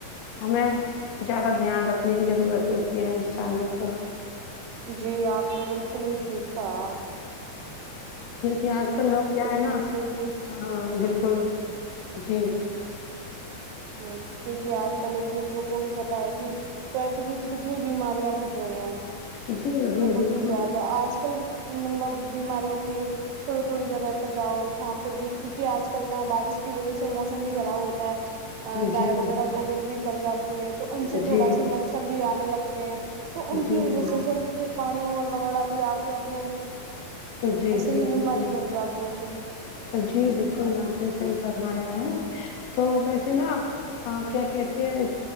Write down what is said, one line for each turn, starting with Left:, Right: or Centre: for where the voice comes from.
Left: ہمیں زیادہ دھیان رکھنے کی ضرورت ہوتی ہے انسانوں کو
Right: جی آپ نے بالکل ہی ٹھیک کہا
Left: کیونکہ
Right: کہ
Left: آج کل لوگ کیا
Right: ایک
Left: ہے نا
Right: دوسروں کی
Left: ہاں بالکل جی
Right: ہمم کیونکہ آج کل ایک دوسروں کو بھی پتا ہے کہ پرت کی کتنی بیماریاں بھٹ رہی ہیں
Left: جی جی
Right: بہت
Left: بالکل
Right: ہی زیادہ آج کل مطلب بیماریوں کہ تھوڑی تھوڑی جگہ پہ جاؤ وہاں پہ بھی کیونکہ آج کل نا بارش کی وجہ سے موسم بھی خراب ہوتا ہے
Left: جی
Right: گائے وغیرہ گوبر بھی کر جاتی ہیں تو ان سے
Left: جی
Right: تھوڑا س مچھر بھی آنے لگتے ہیں تو ان
Left: جی
Right: کی وجہ سے جب پھر پانی اور وغیرہ بھی آ کے اپنے
Left: جی
Right: ایسے
Left: جی
Right: ہی بیماری
Left: بالکل
Right: بڑھ جاتی ہیں
Left: جی بالکل آپ نے صحیح فرمایا ہے تو ویسے نا ہ کیا کہتی ہیں